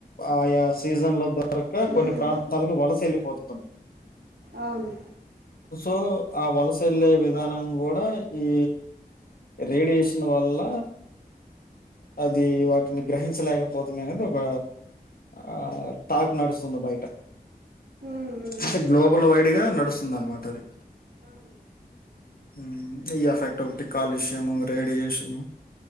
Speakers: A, on the left (about 65°); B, on the right (about 85°).
A: ఆయా సీజన్ లో దొరక కొన్ని
B: ఉమ్
A: ప్రా ఆళ్ళు వలసెల్లి పోతుంది
B: అవున్
A: సో ఆ వలస వెల్లే విధానం కూడా ఈ రేడియేషన్ వల్ల అది వాటిని గ్రహించలేకపోతున్నాయి అనేది ఒక ఆ టాక్ నడుస్తుంది బయట
B: ఉమ్ ఉమ్
A: అంటే గ్లోబల్ వైడ్ గా నడుస్తుంది అనమాట అది
B: అవును
A: ఉ ఈ ఎఫెక్ట్ ఒకటి కాలుష్యము రేడియేషన్